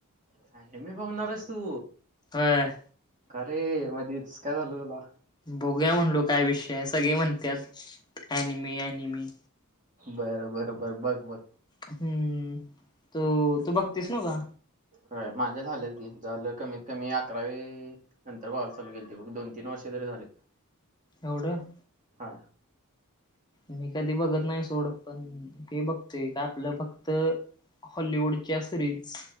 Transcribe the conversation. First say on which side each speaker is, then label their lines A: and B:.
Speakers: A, on the right; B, on the left.
A: <unintelligible> बघणारेस तू?
B: होय.
A: अरे मध्येच काय झालं तुला?
B: बघुया म्हणलो काय विषय आहे सगळे म्हणतात ऑनिमि, ऑनिमी
A: बर बर बर बघ बघ.
B: हम्म. तो तू बघतीस न का?
A: होय माझ्या झाल्यात की झालं कमीत कमी अकरावी. नंतर <unintelligible> चालू केली बघ दोन, तीन वर्षे तरी झाले.
B: एवढं.
A: हा
B: मी कधी बघत नाही सोड पण हे बघतोय काय आपलं फक्त हॉलिवूडच्या सिरीज